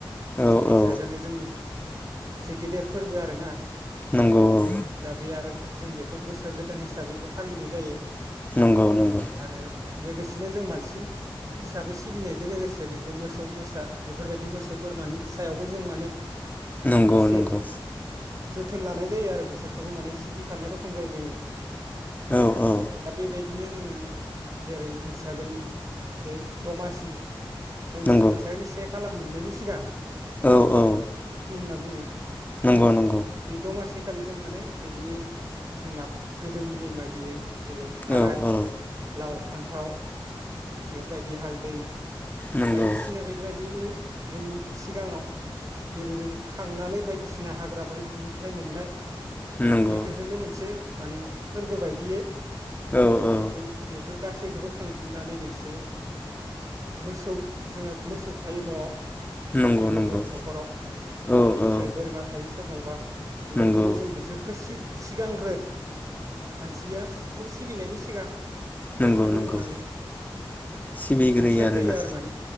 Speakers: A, on the left; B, on the right.
A: औ
B: जो बैसागोआनो
A: औ
B: जोंनि मोनसे गेदेर फोरबो आरो ना
A: नंगौ औ
B: दा बे जों बेखौ बोसोर गोदान हिसाबैबो फालिनाय जायो।
A: नंगौ नंगौ
B: आरो लोगोसेनो जों मानसि हिसाबै सिबिनायजों लोगोसे बेखौ मोसौ मोसा बेफोरबायदि मोसौ बोरमानि सायावबो जों माने
A: नंगौ
B: एसे
A: नंगौ
B: जोथोन लानाय जायो आरो बिसोरखौबो माने सिबिफानाय रखम जायो जोङो।
A: औ औ
B: दा बे बाय बिदिनो जोङो जेरै बैसागोनि जे दमासि जोंस
A: नंगौ
B: बैसागोनि सेख कालार मोननायनि सिगां
A: औ औ
B: <inaudible> बुङो
A: नंगौ न
B: बे दमासि खालि जों माने बिदिनो जोंहा गोदोनि नेम बायदियै जेरै थाराय
A: औ औ
B: लाव फान्थाव बेफोरबायदि हालदै
A: नंगौ
B: बायदिसिना बेदबायदिनो जोंनि सिगाङाव जेरै जों खांनानै बायदिसिना हाग्रा बायदनिफ्राय मोननाय
A: नंगौ
B: बेफोरजोंनो मोनसे माने फोरबो बायदियै
A: औ औ
B: जों बेफोर गासैखौबो खांजोबनानै मोनसे मोस थौ जोङहा मोसौ थायो न'आव
A: नंगौ
B: बयनियावबो
A: नंगौ
B: न'खराव
A: औ
B: बेनिफ्राय
A: औ
B: बोरमा थायो सोरनावबा बेबायदिनो
A: नंगौ
B: जों बिसोरखो सि सिगांग्रो मानसिया सिखौ सिबिनायनि सिगां
A: नंगौ
B: बिसोरखौ
A: नंगौ
B: जों माने
A: सिबिग्रोयो
B: अनसायग्रोयो
A: आरोना
B: आ ने